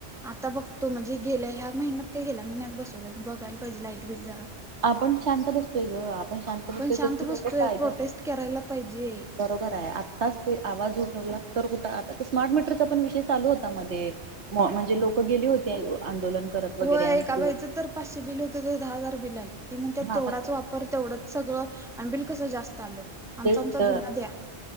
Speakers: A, in the centre; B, on the right.
A: आता बघतो म्हणजे गेल्या ह्या महिन्यात काय गेल्या महिन्यात बसवल्यात, बघायला पाहिजे लाईट बिल जरा.
B: आपण शांत बसतोय ग, आपण शांत बसतोय
A: शांत
B: त्याचा
A: बसतोय
B: लोक फायदा
A: प्रोटेस्ट करायला पाहिजे
B: बरोबर आहे आत्ताच ते आवाज उठवला तर कुठं, आता ते स्मार्ट मीटरचा पण विषय चालू होता मध्ये. मं म्हणजे लोक गेली होते आंदोलन करत वगैरे
A: होय
B: आणि
A: एका बाईचं
B: ते
A: तर पाचशे बिल होते, तर दहा हजार बिल आल, ती म्हणते
B: हा
A: तेवढाच
B: मग
A: वाप पर तेवढंच सगळं, आण बिल कसं जास्त आलं? आमचा
B: तेच
A: आमचा
B: त.
A: जुना द्या